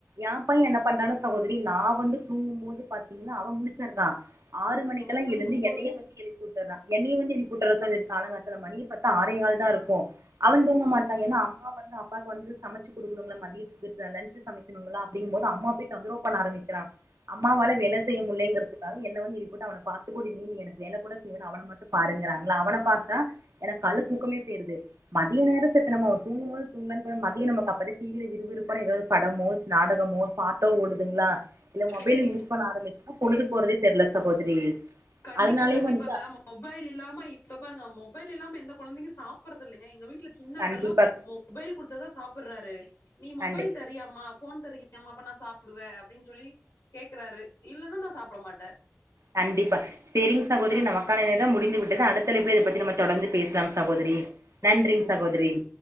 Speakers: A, on the right; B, on the left.
A: எ பைய என்ன பண்றான சகோதரி நா வந்து தூங்கும்போது பாத்தீங் ன்னா அவ முழிச்சர்றா ஆறு மணிக்கெல்லா
B: அவ தூங்கும்போது
A: எழுந்து என்னையு வந்து எழிப்பி உட் டர்றா என்னைய வந்து எழிப்பி உட்ர்றா சகோதி காலங்காத்தால மணிய பாத்தா ஆறேகால் தாருக்கு அவந் தூங்க
B: ம்
A: மாட்டா ஏனா அம்மா வந்து அ ப்பாக்கு வந்து சமைச்சு குடுக்குணுங்ள மதியத்துக்கு த லஞ்ச்சு சமைக்குணுங்களா அப்டிங்ம்போது அம்மா போய் தொந்தரவ் பணண ஆரமிக்கிறா அம்மாவால வேல செய்ய முல்லேங்கறதுக்காக என்ன வந்து எ ழ்புட்டு அவன பாத்துக்கோடி நீ நீ எனக்கு வேல கூட செய்வேனா அவன மட்டு பாருங்கிறாங்ளா அவன பாத்தா எனக் கால்ல தூக்கமே பேய்ருது மதிய நேர செத்த நம்மோ தூங்கும்போது தூங்கலான் பா மதிய நமக் அப்பதா டி வி லே விறுவிறுப்பான எதாவ்து பட மோ ஸ் நாடகமோ பாட்டோ ஓடுதுங்ளா இல்ல மொபைலு
B: ம்
A: யூஸ் பண்ண ஆரமிச்சம்னா பொழுது போறதே தெர்ல சகோதரி
B: கண்டிப்பா
A: அதனாலயே
B: கண்டிப்பாங்க
A: வந்துட்டு
B: மொபைல் இல்லாம இப்ப பாருங்க மொ பைல் இல்லாம எந்த கொழந்தைங்க சாப்பறது இல்லைங்க எங்க வீட்ல சின்னவர்
A: கண்டிப்பா
B: எல்லா மொபைல் குடுத்ததா சாப்பர்றாரு நீ மொபைல்
A: கண்டி
B: தரியாம்மா ஃபோன் தரியாம்மா அப்ப நா சாப்டுவே அப்டின் சொல்லி கேக்கறாரு இல்லன்னா நா சாப்ட மாட்டே
A: கண்டிப்பா சேரிங் சகோதரி
B: ஆ
A: நமக்கான நேரம் முடிந்து விட்டது அடுத்த அழைப்புல இத பத்தி நம்ம தொடந்து பேசலாம் சகோதரி நன்றிங்
B: ஓகேங்க ஓகேங்க
A: சகோதரி
B: நன்றி